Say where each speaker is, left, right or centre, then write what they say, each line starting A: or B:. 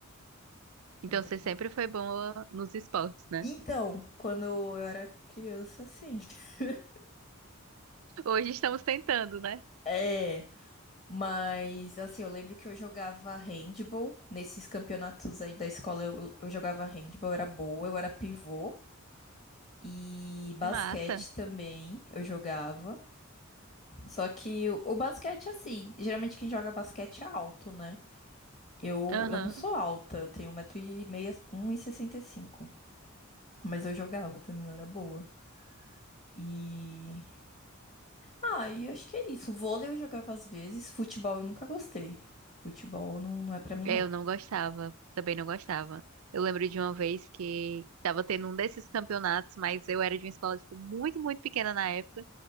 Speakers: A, on the left; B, on the right.
A: Era
B: Então,
A: legal.
B: você sempre foi boa nos esportes, né?
A: Então, quando eu era criança, sim. <laughs>
B: Hoje estamos tentando, né?
A: É, mas assim, eu lembro que eu jogava handball nesses campeonatos aí da escola. Eu, eu jogava handball, eu era boa, eu era pivô. E basquete
B: Massa.
A: também eu jogava. Só que o, o basquete, assim, geralmente quem joga basquete é alto, né? Eu,
B: Aham.
A: eu não sou alta, eu tenho um metro e sessenta e cinco. mas eu jogava também, eu era boa. E Ah, e acho que é isso. Vôlei eu jogava às vezes, futebol eu nunca gostei. Futebol não, não é pra mim,
B: É,
A: não.
B: Eu não gostava, também não gostava. Eu lembro de uma vez que estava tendo um desses campeonatos, mas eu era de uma escola tipo, muito, muito pequena na época.